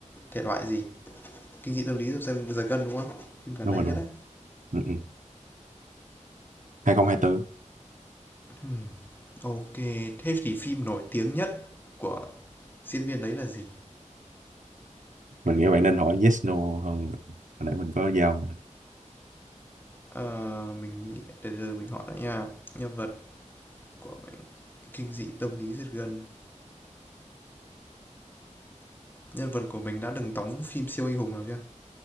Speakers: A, on the left; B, on the right.
A: thể loại gì? Kinh dị tâm lý giật giật gân đúng không? Phim gần
B: Đúng
A: đây
B: rồi luôn.
A: nhất đấy.
B: Ừ, ừ. 2024.
A: Ừm, ok, thế thì phim nổi tiếng nhất của diễn viên đấy là gì?
B: Mình nghĩ bạn nên hỏi yes no hơn. Hồi nãy mình có giao.
A: Ờ, mình để giờ mình hỏi lại nha. Nhân vật của mình kinh dị tâm lý giật gân. Nhân vật của mình đã từng đóng phim siêu anh hùng nào chưa?